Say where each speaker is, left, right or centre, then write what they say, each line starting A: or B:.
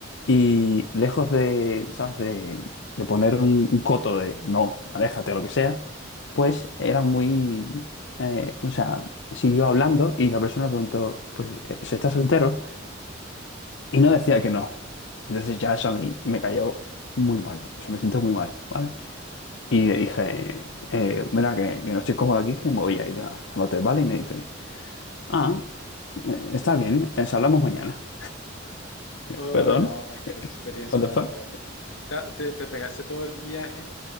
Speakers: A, on the left (about 65°); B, on the left (about 85°).
A: Y lejos de, ¿sabes? De, de poner un, un coto de no, aléjate o lo que sea, pues era muy, eh, o sea, siguió hablando y la persona le preguntó, pues, eh, ¿se está soltero? Y no decía que no. Entonces ya eso a mí me cayó muy mal, o sea, me siento muy mal, ¿vale? Y le dije, eh, mira, que, que no estoy cómodo aquí, que me voy a ir a- al hotel, ¿vale? Y me dice, ah, eh, está bien, eh, hablamos mañana.
B: Oh,
A: ¿Perdón?
B: no, qué experiencia
A: ¿What
B: tan
A: the fuck?
B: fea. O sea, te, te pegaste todo el viaje